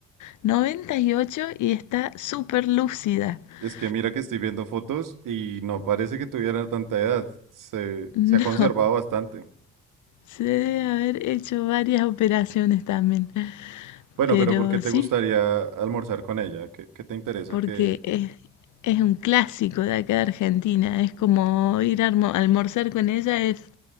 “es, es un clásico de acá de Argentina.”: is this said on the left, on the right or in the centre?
Left